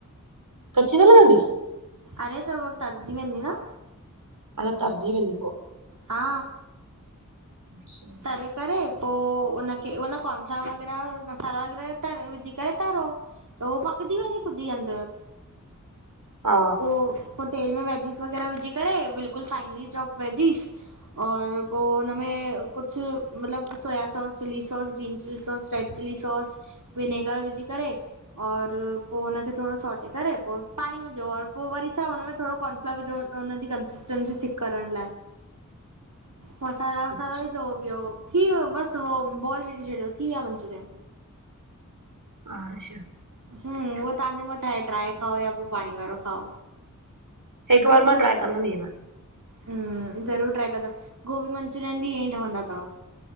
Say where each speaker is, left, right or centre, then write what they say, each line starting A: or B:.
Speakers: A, on the right; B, on the right.
A: कच्ची न लॻंदी?
B: अरे, त हो तरजी वेंदी न।
A: मत्लब, तरजी वेंदी पो।
B: हा
A: अच्छा
B: तरे करे पो उनखे, मतलब कॉनफ्लार वग़ैरा मसाला वग़ैरा तर, विझी करे तरो। त वो पकजी वेंदी ख़ुदी अंदर,
A: हा
B: पो पो तेल में वैजीस़ वग़ैरा विझी करे, बिल्कुल फाइनली चोप वैजीस़ और पो उनमें, कु मतलब soya sauce chilli sauce green chilli sauce red chilli sauce vinegar विझी करे और पो हुनखे थोडो सोटे करे पो पाणी विझो और पो वरी सा हुन में थोडो कोन <unintelligible> विझो त हुनजी कंसिस्टेंसी थिक करण लाए
A: <inaudible>
B: मसाला
A: कची
B: वसाला विझो ॿियो थी वियो बस उहो बॉल विझी छॾियो, थी वया मंचुरियन।
A: हा छा
B: हुं उहो तां जे मथां आहे ड्राए खाओ या पो पाणी वारो खाओ
A: हिक बार मां ट्राइ कंदम इए वार
B: हुं ज़रूर ट्राइ कजो गोभी मंचूरियन भी ईअं ई ठवंदा थव